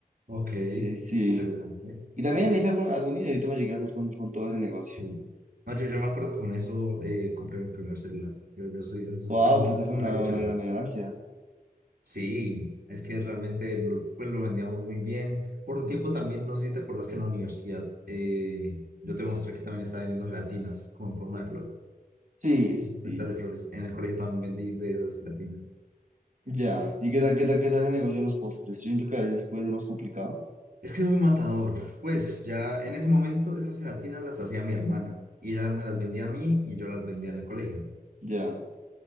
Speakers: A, on the right (about 80°); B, on the right (about 55°).
A: Ok,
B: Sí, sí.
A: interesante.
B: Y también me hice algún, algún dinerito me llegué a hacer con, con todo ese negocio.
A: Sí. No, yo, yo me acuerdo que con eso eh, compré mi primer celular. Yo, yo soy, yo soy
B: Wow,
A: muy
B: pues
A: de
B: eso fue una,
A: haber hecho
B: una
A: eso.
B: gran ganancia.
A: Sí, es que realmente lo, pues lo vendíamos muy bien. Por un tiempo también, no sé si te acuerdas que en la universidad eh, yo te mostré que también estaba vendiendo gelatinas como en forma de flor,
B: Sí, sí, sí.
A: pétalas de flores. En el colegio también vendí de esas gelatinas.
B: Ya. ¿Y qué tal, qué tal, qué tal ese negocio de los postres? Yo siento que a veces puede ser más complicado.
A: Es que es muy matador. Pues ya en ese momento esas gelatinas las hacía mi hermana y ella me las vendía a mí y yo las vendía en el colegio.
B: Ya.